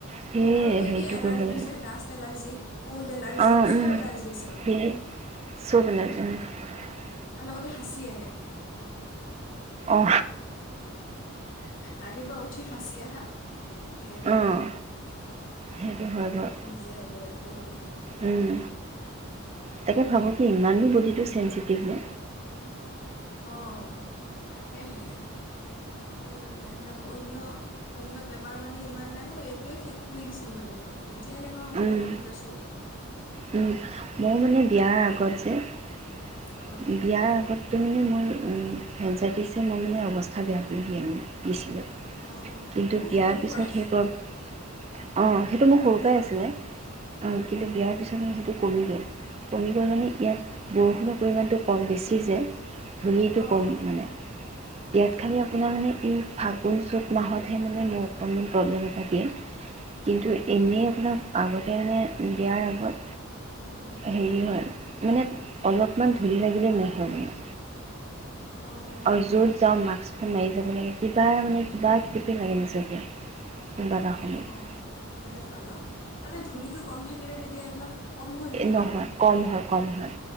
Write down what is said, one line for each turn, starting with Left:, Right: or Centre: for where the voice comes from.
Right: সেই
Left: আৰু এই
Right: হেৰিটো
Left: এই এলাৰ্জিটো
Right: কৰিব লাগিব
Left: যে ডাষ্ট এলাৰ্জি ক'ল্ড এলাৰ্জি
Right: অঁ
Left: সব
Right: উম
Left: এলাৰ্জি আছে মানে
Right: সেই <unintelligible>
Left: আৰু লগতে সাঁচি আহে
Right: উ
Left: ৰাতিপুৱা উঠি সাঁচি আহা সেয়া
Right: অঁ সেইটো হয় বাৰু
Left: নিজে হ'ব একেই মানে
Right: উম তাকে ভাবোঁ কি ইমানো বডিটো চেঞ্চিটিভ নে
Left: অঁ তাকেহে অঁ তাকে ভাবো অন্য বেমাৰ মানে ইমান নাই মোৰ এইটোৱে শেষ কৰি দিছিল মানে আৰু এতিয়াহে মই অলপ
Right: উম
Left: শান্তিত আছোঁ
Right: মোৰ মানে বিয়াৰ আগত যে
Left: অঁ
Right: বিয়াৰ আগত তো মানে মোৰ ফ্ৰেণ্ডছাইটিছে মোৰ মানে অৱস্থা বেয়া কৰি দিয়ে মানে দিছিলে
Left: অঁ
Right: কিন্তু
Left: মোৰ
Right: বিয়াৰ
Left: সৰুৰ
Right: পিছত
Left: পৰাই
Right: সেই অলপ অঁ সেইটো মোৰ
Left: কমি
Right: সৰুৰ পৰাই
Left: গ'ল
Right: আছিলে
Left: নেকি
Right: অঁ কিন্তু
Left: অঁ
Right: বিয়াৰ পিছত মোৰ সেইটো কমি গল কমিব' মানে ইয়াত বৰষুণৰ পৰিমাণটো কম বেছি যে ধূলিটো
Left: অঁ
Right: ক'ম
Left: অঁ
Right: মানে ইয়াত খালি আপোনাৰ
Left: অঁ
Right: মানে এই ফাগুণ চত মাহতহে মানে মোক অকণমান প্ৰব্লেম এটা দিয়ে। কিন্তু এনেই আপোনাৰ আগতে মানে বিয়াৰ আগত
Left: অঁ
Right: হেৰি হয় মানে অলপমান ধূল লাগিলে মোৰ হয় মানে
Left: অঁ
Right: আৰু য'ত যাওঁ মাস্শখন মাৰি যাব লাগে কিবা মানে কিবা কপি লাগে নিজকে কোনোবা এটা
Left: অঁ
Right: সময়ত
Left: তেনেকুৱা ন মানে ধূলিটো কম থাকিলে তেতিয়া এইবিলাক কম হয় নেকি
Right: নহয়
Left: বাৰু
Right: কম হয় কম হয়